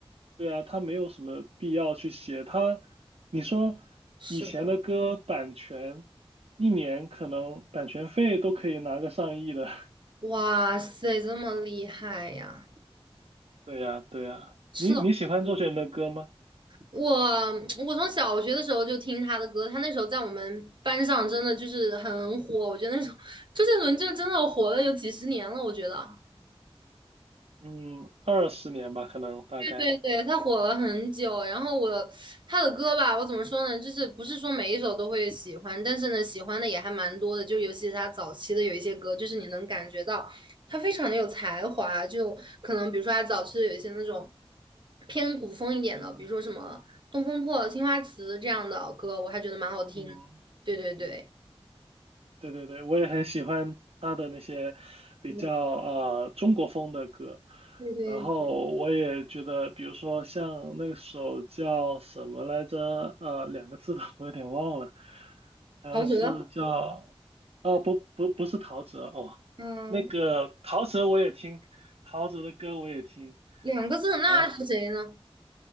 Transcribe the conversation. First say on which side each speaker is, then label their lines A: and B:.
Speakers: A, on the right; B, on the right.
A: 对啊，他没有什么必要去写他，你说以前的歌版权。
B: 是的，
A: 一年可能版权费都可以拿个上亿的，<laughs>
B: 哇塞，这么厉害呀！
A: 对呀，对呀，
B: 是的，
A: 你你喜欢周杰伦的歌吗？
B: 我我从小学的时候就听他的歌，他那时候在我们班上真的就是很火，我觉得那时候周杰伦就 <laughs> 真的火了有几十年了，我觉得。
A: 嗯，二十年吧，可能大概。
B: 对对，他火了很久，然后我他的歌吧，我怎么说呢？就是不是说每一首都会喜欢，但是呢，喜欢的也还蛮多的。就尤其是他早期的有一些歌，就是你能感觉到他非常的有才华。就可能比如说他早期的有一些那种偏古风一点的，比如说什么《东风破》《青花瓷》这样的歌，我还觉得蛮好听的对对对，
A: 嗯，对对对，我也很喜欢他的那些比较呃中国风的歌，
B: 嗯对对，
A: 然后我也觉得，比如说像那首叫什么来着，呃，两个字的我有点忘了，好像是叫，
B: 陶喆，
A: 哦不不不是陶喆哦，
B: 嗯，
A: 那个陶喆我也听，陶喆的歌我也听。
B: 两个字，那是谁呢？
A: 然后。